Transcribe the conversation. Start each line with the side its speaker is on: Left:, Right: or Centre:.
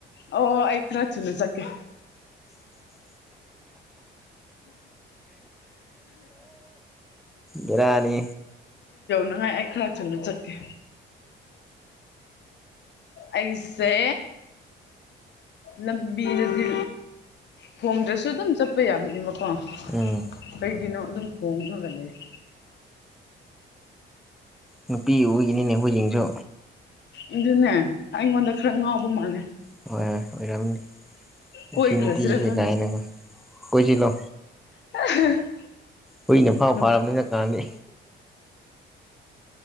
Left: ꯑꯣ ꯑꯩ ꯈꯔ ꯊꯨꯅ ꯆꯠꯀꯦ
Centre: ꯕꯤꯔꯥꯅꯤ
Left: ꯉꯥꯏ ꯑꯦ ꯈꯔ ꯊꯨꯅ ꯆꯠꯀꯦ ꯑꯩꯁꯦ ꯂꯝꯕꯤꯗꯗꯤ ꯈꯣꯡꯗ꯭ꯔꯁꯨ ꯑꯗꯨꯝ ꯆꯠꯄ ꯌꯥꯕꯅꯤꯕꯀꯣ
Centre: ꯎꯝ
Left: ꯀꯩꯒꯤꯅꯣ ꯑꯗꯨꯝ ꯈꯣꯡꯉ ꯂꯩꯔꯦ
Centre: ꯅꯨꯄꯤ ꯑꯣꯏꯒꯤꯅꯤꯅꯦ ꯍꯨꯏꯖꯤꯡꯁꯨ
Left: ꯑꯗꯨꯅꯦ ꯑꯩꯉꯣꯟꯗ ꯈꯔ ꯉꯥꯎꯕ ꯃꯥꯜꯂꯦ
Centre: ꯍꯣꯏ ꯑꯣꯏꯔꯝꯅꯤ
Left: ꯀꯣꯏ
Centre: ꯁꯤ ꯅꯨꯄꯤꯁꯦ
Left: ꯈ꯭ꯔꯁꯤꯔ ꯈ
Centre: ꯀꯥꯏꯅꯀꯣ ꯀꯣꯏꯁꯤꯜꯂꯣ
Left: ꯈꯪꯗꯦ
Centre: ꯍꯨꯏꯅ ꯐꯥꯎ
Left: ꯅꯨ
Centre: ꯐꯥꯔꯕꯅꯤ ꯍꯧꯖꯤꯛꯀꯥꯟꯗꯤ